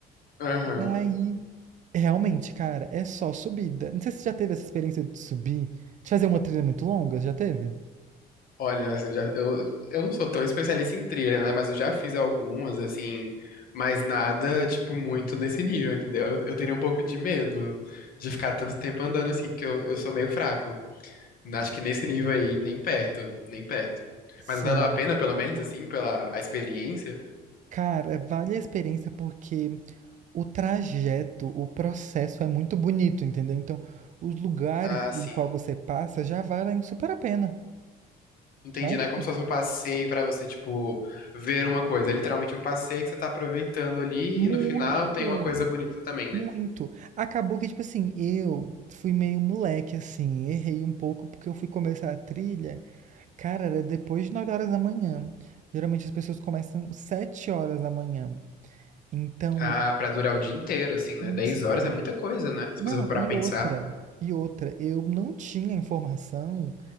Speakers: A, on the left; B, on the right.
A: aham.
B: E aí, realmente, cara, é só subida. Não sei se você já teve essa experiência de subir, de fazer uma trilha muito longa, já teve?
A: Olha, assim, já, eu, eu não sou tão especialista em trilha, né? Mas eu já fiz algumas, assim, mas nada, tipo, muito nesse nível, entendeu? Eu, eu teria um pouco de medo de ficar tanto tempo andando assim, porque eu, eu sou meio fraco. Acho que nesse nível aí, nem perto, nem perto. Mas
B: Sim.
A: valeu a pena, pelo menos, assim, pela a experiência?
B: Cara, vale a experiência porque o trajeto, o processo é muito bonito, entendeu? Então, os lugares
A: Ah,
B: pelo
A: sim.
B: qual você passa já valem super a pena,
A: Entendi,
B: sabe?
A: né? é como se fosse um passeio pra você, tipo, ver uma coisa. É literalmente um passeio que você tá aproveitando ali
B: Muito,
A: e no final tem uma coisa bonita também, né?
B: muito. Acabou que, tipo assim, eu fui meio moleque, assim, errei um pouco porque eu fui começar a trilha, cara, era depois de 9 horas da manhã. Geralmente as pessoas começam 7 horas da manhã. Então,
A: Ah, pra durar o dia inteiro, assim, né? dez
B: isso.
A: horas é muita coisa, né? Se
B: Não,
A: você for parar
B: e
A: pra pensar.
B: outra, e outra, eu não tinha informação